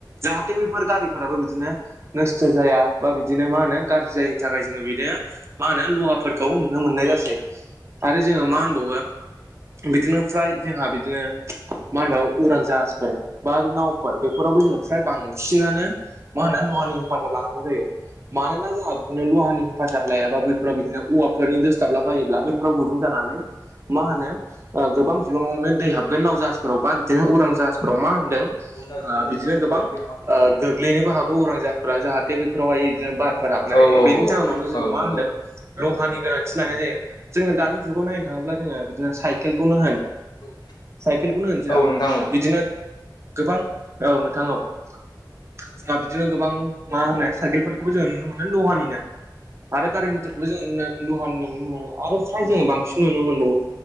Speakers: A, on the right (about 35°); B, on the left (about 65°).
A: जाहाथे बेफोर गारिफोराबो बिदिनो नस्थ' जाया बा बिदिनो मा होनो गाज्रि जायिनि थाखाय जोङो बिदिनो मा होनो लहाफोरखौ नुनो मोननाय जासै आरो जोङो मा होनबावो बिदिनो फ्राय जोंहा बिदिनो मा होनबा उरां जाहाजफोर बा नावफोर बेफोरावबो जोङो फ्राय बांसिनानो मा होनो लहानि हेफाजाब लानांगौ जायो मानोना जोंहा बिदिनो लहानि हेफाजाब लायाबा बैफोराव बिदिनो औवाफोरनि दोसथाबलाबायोब्ला बैफोराव गुदुं जानानै मा होनो गोबां बिबाङावनो दै हाबगोन नाव जाहाजफोराव बा बिदिनो उरां जाहाजफोराव मा होनदों ओ
B: खुनदा सुनदानि
A: बिदिनो
B: जेबो
A: गोबां
B: गोनांथि गैलिया
A: ओ गोग्लैनोबो हागौ उरां जाहा फोरा जाहाथे बेफोरावहाय बिदिनो बारफोर हाबनानै
B: औ औ
A: बेनि जाहोनावनो
B: औ
A: जोङो
B: औ
A: मा
B: नंगौ
A: होनदों लहानि गोनांथि लानाय जायो जोङो दानि जुगाव नायनो थाङोब्ला जोङो बिदिनो साइकेलखौनो होन
B: औ
A: खेलखौनो होनजाया
B: नोंथां औ
A: बिदिनो गोबां औ नोंथां औ जोंहा बिदिनो गोबां मा होनो साइकेल फोरखौबो जोङो नुनो मोनो लहानिनो आरो गारि मथरखौबो जों लहानि नुनो मोनो आरो फ्राय जोङो बांसिन नुनो मोनबावो